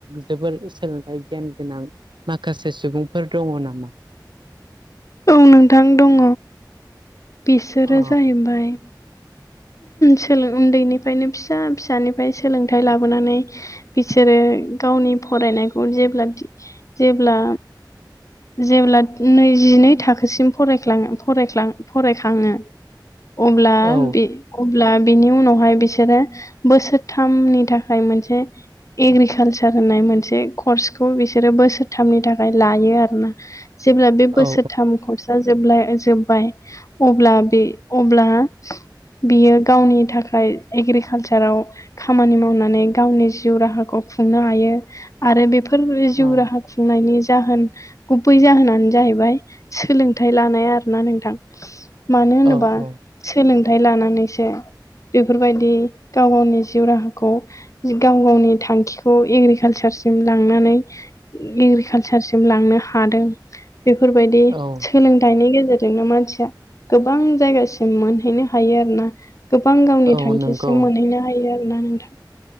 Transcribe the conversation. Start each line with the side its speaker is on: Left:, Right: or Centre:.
Right: जोबोर सोलोंथाइ गियान गोनां माखासे सुबुंफोर दङ नामा
Left: ओं नोंथां दङ बिसोरो
Right: औ
Left: जाहैबाय सोलों उन्दैनिफ्रायनो फिसा फिसानिफ्राय सोलोंथाइ लाबोनानै बिसोरो गावनि फरायनायखौ जेब्ला दि जेब्ला जेब्ला नैजिनै थाखोसिम फरायख्लां फरायख्लां फरायखाङो। अब्ला
Right: औ
Left: बे अब्ला बिनि उनावहाय बिसोरो बोसोरथामनि थाखाय मोनसे एग्रिकालसार होननाय मोनसे कर्सखौ बिसोरो बोसोरथामनि थाखाय लायो आरोना। जेब्ला बे बोसोरथाम
Right: औ
Left: खरसा जोबलाय जोब्बाय अब्ला बे अब्ला बियो गावनि थाखाय एग्रिकालसाराव खामानि मावनानै गावनि जिउ राहाखौ। खुंनो हायो आरो बेफोर जिउ
Right: औ
Left: राहा खुंनायनि जाहोन गुबै जाहोनानो जाहैबाय सोलोंथाइ लानाय आरो ना नोंथां। मानो होनोबा
Right: औ औ
Left: सोलोंथाइ लानानैसो बेफोरबायदि गाव गावनि जिउ राहाखौ गाव गावनि थांखिखौ एग्रिकालसार। लांनानै एग्रिकालसारसिम लांनो हादों। बेफोरबायदि
Right: औ
Left: सोलोंथाइनि गेजेरजोंनो मानसिया गोबां जायगासिम मोनहैनो हायो आरोना गोबां गावनि
Right: औ
Left: थांखिसिम
Right: नंगौ
Left: मोनहैनो हायो आरो ना नोंथां।